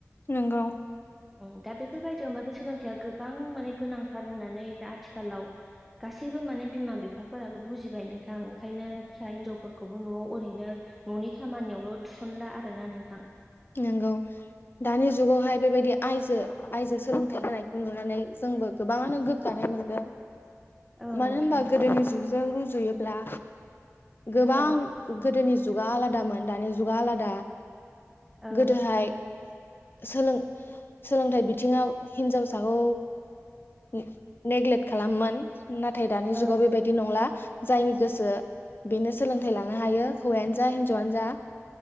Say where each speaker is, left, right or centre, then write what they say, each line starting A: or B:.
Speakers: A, on the left; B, in the centre.
A: नंगौ।
B: ओ दा बेफोरबायदियाव माने सोलोंथाइया गोबां माने गोनांथार होननानै दा आथिखालाव गासैबो माने बिमा बिफाफोराबो बुजिबाय नोंथां। ओंखायनो फिसा हिनजावफोरखौबो न'आव ओरैनो न'नि खामानियावल' थुसनला आरोना नोंथां।
A: नंगौ दानि जुगावहाय बेबायदि आइजो आइजो सोलोंथाइ होनानायखौ नुनानै जोंबो गोबाङानो गोग गानाय मोनदों।
B: औ
A: मानो
B: नोंथां
A: होनबा गोदोनि जुगजों रुजुयोब्ला गोबां
B: औ
A: गोदोनि जुगा आलादामोन दानि जुगा आलादा।
B: औ
A: गोदोहाय सोलों सोलोंथाइ बिथिङाव हिन्जावसाखौ ने-नेग्लेक्ट खालाममोन नाथाय दानि
B: औ
A: जुगाव बेबायदि नंला। जायनि गोसो बेनो सोलोंथाइ लानो हायो। हौवायानो जा हिनजावआनो जा।